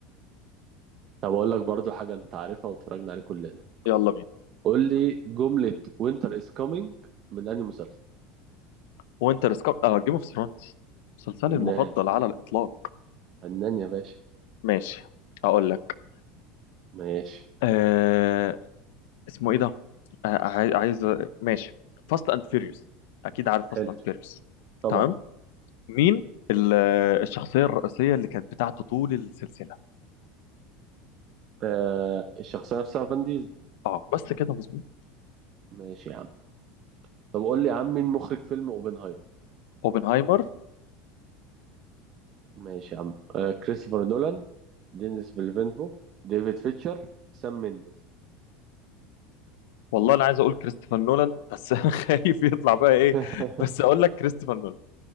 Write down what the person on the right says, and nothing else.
طب اقول لك برضو حاجه انت عارفها واتفرجنا عليه كلنا
قول لي جمله وينتر از كومينج من انهي مسلسل
فنان
فنان يا باشا
ماشي
حلو
طبعا
آه الشخصيه نفسها فان ديزل
ماشي يا عم طب قول لي يا عم مين مخرج فيلم اوبنهايمر
ماشي يا عم آه كريستوفر نولان دينيس فيلفينفو ديفيد فيتشر سام مينديز
<laughs>